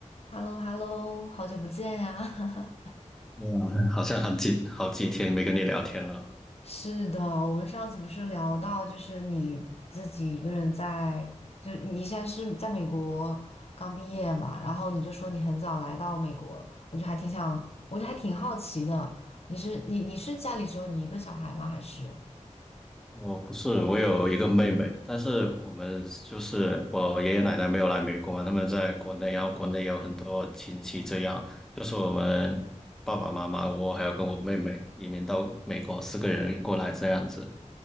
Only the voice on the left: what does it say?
h e l l o h e l l o 好久不见呀！<laughs>
是的，我们上次不是聊到，就是你自己一个人在，就你现在是在美国刚毕业嘛，然后你就说你很早来到美国，我就还挺想，我就还挺好奇的，你是你你是家里只有你一个小孩吗？还是？